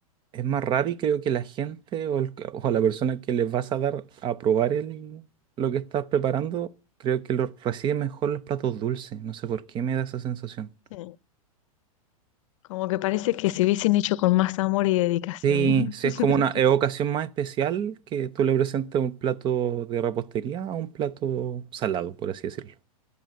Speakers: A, on the right (about 25°); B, on the left (about 60°).
A: es más raro y creo que la gente o, el- o la persona que les vas a dar a probar el, lo que estás preparando, creo que lo recibe mejor los platos dulces. No sé por qué me da esa sensación.
B: Sí. Como que parece que se hubiesen hecho con más amor y dedicación.
A: Sí, sí,
B: <laughs>
A: es como una eh, ocasión más especial que tú le presentes un plato de repostería a un plato salado, por así decirlo.